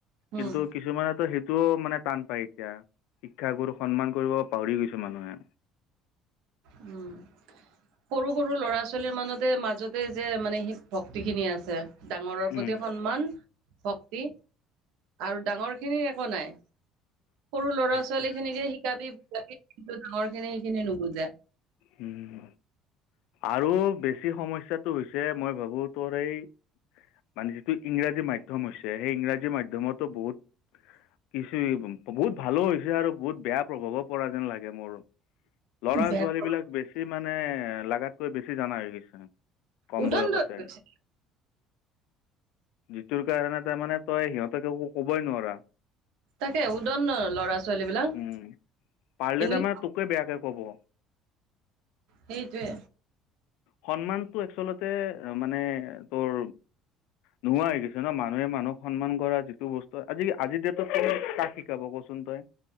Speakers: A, on the right; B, on the left.
A: উম
B: কিন্তু কিছুমানেতো সেইটোও মানে টান পায় এতিয়া শিক্ষাগুৰু সন্মান কৰিব পাহৰি গৈছে মানুহে
A: উম সৰু সৰু ল'ৰা ছোৱালীৰ মানতে মাজতে যে মানে সি ভক্তিখিনি আছে ডাঙৰৰ
B: উম।
A: প্ৰতি সন্মান ভক্তি আৰু ডাঙৰ খিনিৰ একো নাই সৰু ল'ৰা
B: সেইটো
A: ছোৱালী খিনিকে শিকাবি বাকি কিন্তু ডাঙৰ খিনি সেইখিনি নুবুজে
B: উম আৰু বেছি সমস্যাটো হৈছে মই ভাবো তোৰ এই মানে যিটো ইংৰাজী মাধ্যম হৈছে সেই ইংৰাজী মাধ্যমতো বহুত কিছু এই বোৰ বহুত ভালো হৈছে আৰু বহুত বেয়া প্ৰভাৱ পৰা যেন লাগে মোৰ ল'ৰা
A: বেয়া
B: ছোৱালী বিলাক বেছি বেছি মানে লাগাতকৈ বেছি জানা হৈ গৈছে কম
A: উদন্দ
B: বয়সতে
A: হৈ গৈছে
B: যিটোৰ কাৰণে তাৰ মানে তই সিহঁতক একো ক'বই নোৱাৰা
A: তাকে উদন্দ ল'ৰা ছোৱালী বিলাক
B: উম। পাৰিলে
A: ইংলিছ
B: তাৰমানে তোকে বেয়াকে কব
A: সেইটোৱে।
B: সন্মানটো আচলতে মানে তোৰ নোহোৱা হৈ গৈছে ন। মা নুহে মানুহক সন্মান কৰা যিটো বস্তু আজি আজি ডেতটো কাক শিকাব কচোন তই